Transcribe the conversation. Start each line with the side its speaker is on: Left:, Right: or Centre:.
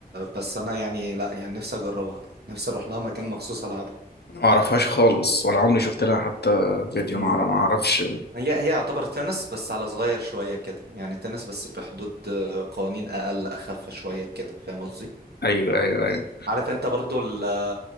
Right: بس أنا يعني لا يعني نفسي أجربها نفسي أروح لها مكان مخصوص ألعبها
Left: ما أعرفهاش خالص ولا عمري شفت لها حتى فيديو
Right: مم.
Left: ما أعرف- ما أعرفش
Right: هي هي يعتبر تنس بس على صغير شوية كده يعني تنس بس بحدود آه، قوانين أقل أخف شوية كده فاهم قصدي؟
Left: أيوه أيوه أيوه
Right: عارف انت برضو ال-